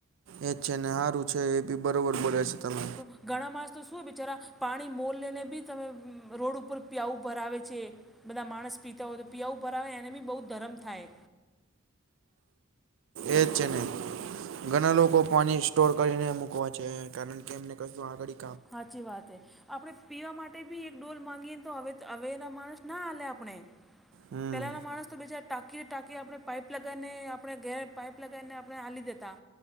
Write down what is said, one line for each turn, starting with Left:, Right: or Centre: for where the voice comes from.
Right: એજ છે ને હારું છે એ બી બરોબર બોલ્યા છો તમે.
Centre: તો ઘણા માણસ તો શું હે બેચારા પાણી મોલને ને બી તમે રોડ ઉપર પ્યાઉ ભરાવે છે. બધા માણસ પીતા હોય તો પીવા ઉપર આવે એને બી બહુ ધરમ થાય.
Right: એજ છે ને ઘણા લોકો પાણી સ્ટોર કરીને મુકવા છે કારણ કે એમને કશું આગળી
Centre: હાચી વાત હે. આપણે પીવા માટ ટે બી એક ડોલ માંગીએ ને તો હવે હવે ના માણસ ના આલે આપને
Right: હમ
Centre: પેલાના માણસ તો બેચાર ટાંકીએ ટાંકીએ આપણે પાઈપ લગાઈને આપણે ઘેર પાઇપ લગાઈને આપને આલી દેતા.